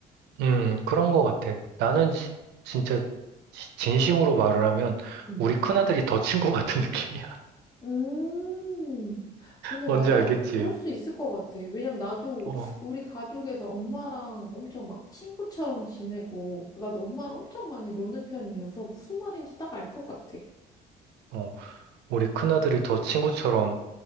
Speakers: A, on the right (about 80°); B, on the left (about 25°).
A: 음, 그런 거 같아. 나는 시- 진짜 시- 진심으로 말을 하면
B: 음.
A: 우리 큰아들이 더 친구 같은 <laughs> 느낌이야.
B: 음, 근데
A: 뭔지
B: 맞아.
A: 알겠지?
B: 그럴 수 있을 것 같아. 왜냐면 나도
A: 어,
B: 우리 가족에서 엄마랑 엄청 막 친구처럼 지내고, 나도 엄마랑 엄청 많이 노는 편이어서 무슨 말인지 딱 알 것 같아.
A: 어. 우리 큰아들이 더 친구처럼